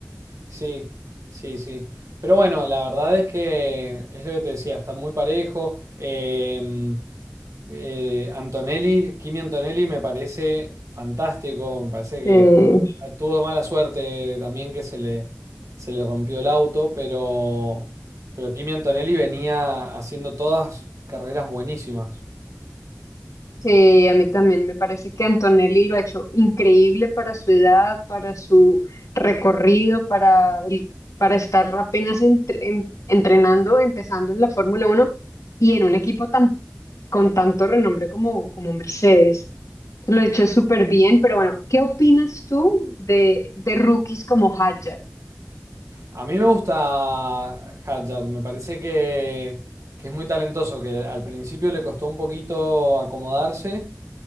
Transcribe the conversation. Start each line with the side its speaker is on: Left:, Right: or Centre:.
Right: sí, sí, sí. Pero bueno, la verdad es que es lo que te decía, está muy parejo. Eh, eh, Antonelli, Kimi Antonelli me parece fantástico, me parece que...
Left: bien.
Right: Tuvo mala suerte también que se le, se le rompió el auto, pero, pero Kimi Antonelli venía haciendo todas carreras buenísimas.
Left: Sí, a mí también me parece que Antonelli lo ha hecho increíble para su edad, para su recorrido, para el, para estar apenas entre- en- entrenando, empezando en la Fórmula Uno y en un equipo tan, con tanto renombre como, como Mercedes. Lo ha hecho súper bien, pero bueno, ¿qué opinas tú de, de rookies como Hadjar?
Right: A mí me gusta Hadjar, me parece que, que es muy talentoso, que al principio le costó un poquito acomodarse.